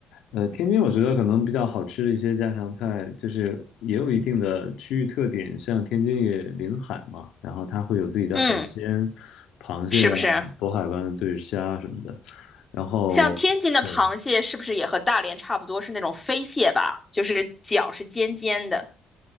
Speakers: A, on the left; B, on the left.
A: 呃，天津我觉得可能比较好吃的一些家常菜，就是也有一定的区域特点，像天津也临海嘛，然后它会有自己的海鲜，
B: 嗯，
A: 螃蟹啊、
B: 是不是？
A: 渤海湾的对虾什么的，然后对，
B: 像天津的螃蟹是不是也和大连差不多是那种飞蟹吧？就是脚是尖尖的，